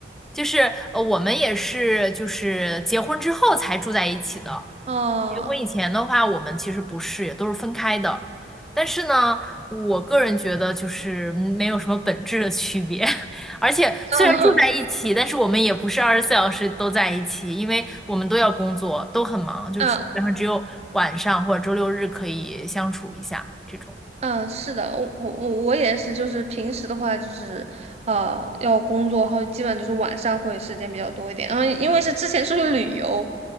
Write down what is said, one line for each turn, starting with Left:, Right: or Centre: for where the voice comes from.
Centre: 就是呃，我们也是就是结婚之后才住在一起的，
Right: 哦，
Centre: 结婚以前的话，我们其实不是，也都是分开的。但是呢，我个人觉得就是没有什么本质的区别。<laughs> 而且虽然住在一起，
Right: 哦，
Centre: 但是我们也不是二十四小时都在一起，因为我们都要工作，都很忙，
Right: <laughs>
Centre: 就是基本上只有晚上或者周六日可以相处一下这种。
Right: 啊嗯，是的，我我我我也是，就是平时的话，就是呃要工作，然后基本就是晚上会时间比较多一点。然后因为是之前出去旅游，